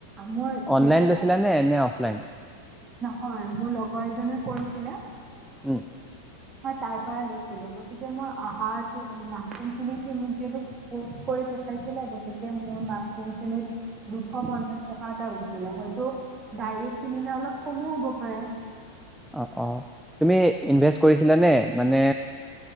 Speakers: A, on the right (about 25°); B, in the centre.
A: মোৰ
B: অনলাইন
A: যিহেতু
B: লৈছিলা নে, নে অফলাইন?
A: হয়, মোৰ লগৰ এজনে কৰিছিলে
B: উম
A: মই তাৰ পৰা লৈছিলো। গতিতে মই <unintelligible> মাচৰুম খিনি সি যিহেতু পোষ্ট কৰী পঠাইছিল গতিকে মোৰ মিশ্ৰণ খিনিত দুশ পনচাস টকা এটা লৈছিলে হয়তো বাহিৰত কিনিলে অলপ কম হব পাৰে।
B: অ, অ। তুমি ইনভেষ্ট কৰিছা? ছিলানে মানে